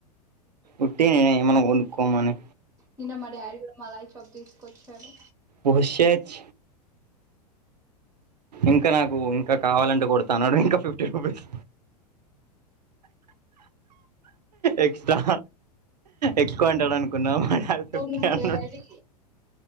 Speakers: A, on the right (about 75°); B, on the right (about 15°).
A: ఉట్టిగనే ఏమన్నా కొనుక్కోమని
B: నిన్న మా డాడీ కూడా మలాయి చాక్ తీసుకొచ్చారు.
A: ఓహ్ షెట్ ఇంకా నాకు ఇంకా కావాలంటే కొడుతా అన్నడు, ఇంకా ఫిఫ్టీ రూపీస్ ఎక్స్ట్రా ఎక్కో అంటడు అనుకున్నాం. మా డాడీ ఫిఫ్టీ
B: మొన్న మా
A: ఎహ్ అన్నడు.
B: డాడీ